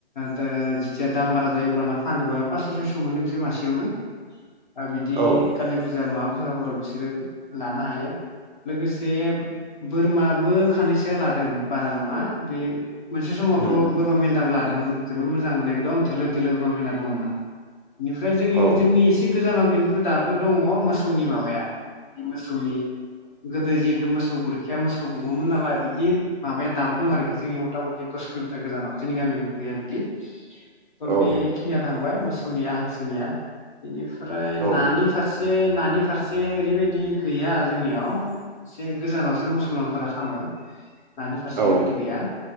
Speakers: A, on the left; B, on the right.
A: दा जिथिया दाम बारा जायो अब्लाना फानोबा पास्स' सयस' मोनो बिसोर मासेयावनो। ओ बिदि
B: औ
A: कालि फुजा मा बा फुजाफोराव बिसोरो लानो हायो। लोगोसे बोरमा बेबो खानैसोआ लादों बारा नङा बे मोनसे समावथ'
B: उम
A: बोरमा मेन्दाबो ला दोंमोन जोबोद मोजां मोन एकदम थोलो थोलो दंमोन। बेनिफ्राय जोंनि
B: औ
A: जोंनि एसे गोजानाव खिन्थु दाबो दङ मोसौनि माबाया बे मोसौ नि गोदो जिहेतु मोसौ गुरखिया मोसौ गु मोन नालाय बिदि माबाया दाबो दं आरोखि जोंनि मथा मथि दस किल'मिटार गोजानाव जोंनि गामियाव किनथु गैया बिदि थ'
B: औ
A: बे थांबाय मोसौनिया हांसोनिया बिनि फ्राय
B: औ
A: नानि फारसे नानि फारसे ओरैबायदि गैया जोंनियाव एसे गोजानावसो मुसलमानफोरा खामो। नानि फारसे
B: औ
A: ओरैबायदि गैया